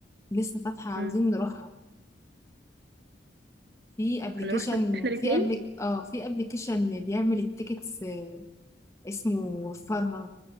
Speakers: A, on the left; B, on the right.
A: لسه فاتحة عاوزين
B: امم
A: نروحها في ابلكيشن
B: هنروح احنا الاثنين
A: في ابلك اه في ابلكيشن بيعمل التيكتس اسمه وفرها